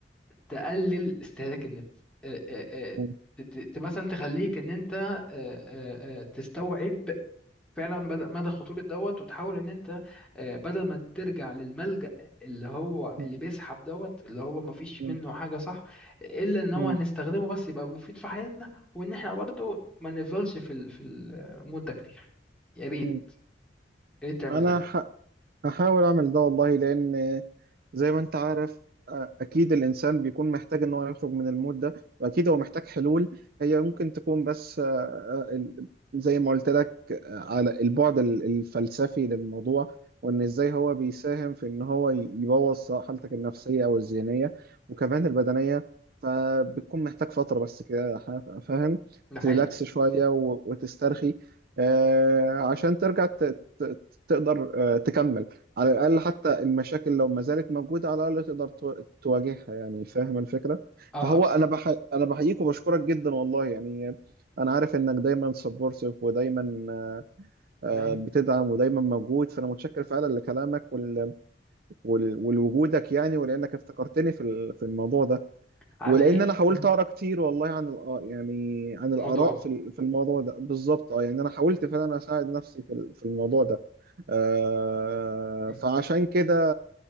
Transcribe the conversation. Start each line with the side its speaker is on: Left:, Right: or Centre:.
Centre: تقلل استهلاك النت آه، آه، آه،
Right: مم.
Centre: ت- ت- مثلا تخليك ان انت آه، آه، آه، تستوعب فعلا بدأ مدى خطورة دوت وتحاول ان انت آه، بدل ما ترجع للملجأ اللي هو
Right: مم.
Centre: اللي بيسحب دوت اللي هو ما فيش
Right: مم.
Centre: منه حاجة صح الا ان هو
Right: مم.
Centre: هنستخدمه بس يبقى مفيد في حياتنا وان احنا برضو ما نفضلش في ال- في المود ده كتير يا ريت
Right: مم.
Centre: يا ريت تعمل
Right: أنا
Centre: ده
Right: ح... هحاول اعمل ده والله لان زي ما انت عارف اكيد الانسان بيكون محتاج ان هو يخرج من المود ده واكيد هو محتاج حلول هي ممكن تكون بس آه، ال- زي ما قلت لك آه، على البعد ال- الفلسفي للموضوع وان ازاي هو بيساهم في ان هو ي- يبوظ حالتك النفسية او الذهنية وكمان
Centre: مم.
Right: البدنية فبتكون محتاج فترة بس كده ح- فاهم
Centre: ده حقيقي
Right: تريلاكس شوية و- وتسترخي آه، عشان ترجع ت- ت- تقدر آه، تكمل على الأقل حتى المشاكل لو ما زالت موجودة على الأقل تقدر تو- تواجهها يعني فاهم الفكرة
Centre: اه
Right: فهو
Centre: ابسط
Right: أنا بح... أنا بحييك وبشكرك جدا والله يعني أنا عارف إنك دايما سبورتيف ودايما آه،
Centre: على ايه
Right: بتدعم ودايما موجود فأنا متشكر فعلا لكلامك وال... وال... ولوجودك يعني ولأنك افتكرتني في ال- في الموضوع ده
Centre: على
Right: ولأن
Centre: ايه
Right: أنا حاولت
Centre: مم.
Right: أقرأ كتير والله عن الآ- يعني عن الآراء
Centre: موضوع
Right: في ال- في الموضوع ده بالظبط
Centre: مم.
Right: أه يعني أنا حاولت فعلا أساعد نفسي في ال- في الموضوع ده آه،
Centre: مم.
Right: فعشان كده